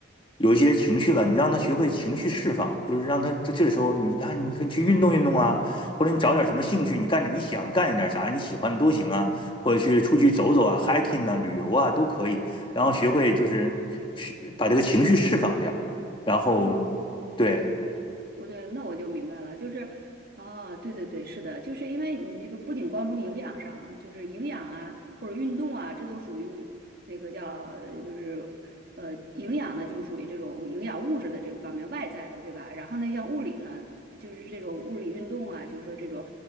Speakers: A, on the left (about 25°); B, on the right (about 50°).
A: 有一些情绪了，你让他学会情绪释放，就是让他这这时候你啊，你可以去运动运动啊，或者你找点什么兴趣，你干点你想干点啥，你喜欢的都行啊，或者去出去走走啊，hiking 啊，旅游啊都可以。然后学会就是把这个情绪释放掉，然后
B: 嗯。
A: 对。
B: 我对，那我就明白了，就是，哦，对对对，是的，就是因为你那个不仅光从营养上啊就是营养啊或者运动啊，这都属于那个叫呃就是呃营养呢，就是属于这种营养物质的这个方面外在的，对吧？然后呢，像物理呢，就是这种物理运动啊，就是说这种